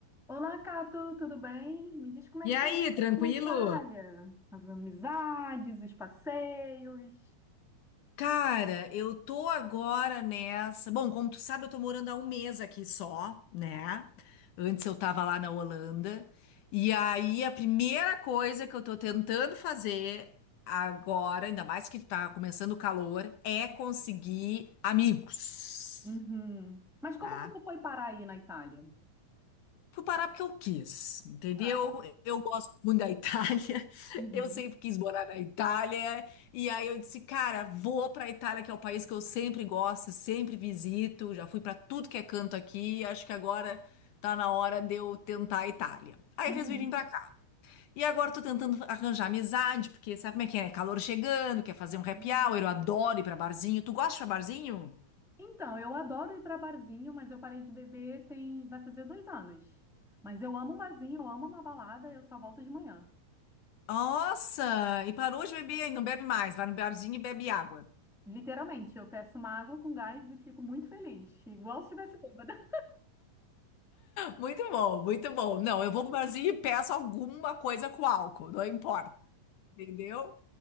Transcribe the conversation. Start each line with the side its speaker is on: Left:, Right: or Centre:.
Centre: Olá, Cato, tudo bem? Me diz como é
Left: E
Centre: que
Left: aí,
Centre: tá a vida
Left: tranquilo?
Centre: na Itália, as amizades, os passeios.
Left: Cara, eu tô agora nessa. Bom, como tu sabe, eu tô morando há um mês aqui só, né? Antes eu tava lá na Holanda. E aí a primeira coisa que eu tô tentando fazer agora, ainda mais que tá começando o calor, é conseguir amigos,
Centre: Uhum. Mas como
Left: tá?
Centre: você foi parar aí na Itália?
Left: Fui parar porque eu quis, entendeu?
Centre: Ah, tá.
Left: Eu gosto muito da Itália, <laughs>
Centre: Uhum.
Left: eu sempre quis morar na Itália, e aí eu disse, cara, vou pra Itália, que é o país que eu sempre gosto, sempre visito, já fui pra tudo que é canto aqui, acho que agora tá na hora de eu tentar a Itália. Aí
Centre: Uhum.
Left: eu resolvi vir pra cá. E agora eu tô tentando arranjar amizade, porque sabe como é que é, né? Calor chegando, quer fazer um happy
Centre: E-
Left: hour, eu adoro ir pra barzinho. Tu gosta de ir pra barzinho?
Centre: Então, eu adoro ir para barzinho, mas eu parei de beber tem... vai fazer dois anos. Mas eu amo um barzinho, eu amo uma balada, eu só volto de manhã.
Left: Nossa, e parou de beber, não bebe mais, vai no barzinho e bebe água.
Centre: Literalmente, eu peço uma água com gás e fico muito feliz, igual se estivesse bêbada.
Left: Muito bom, muito bom. Não, eu vou pro barzinho e peço alguma coisa com álcool, não importa, entendeu?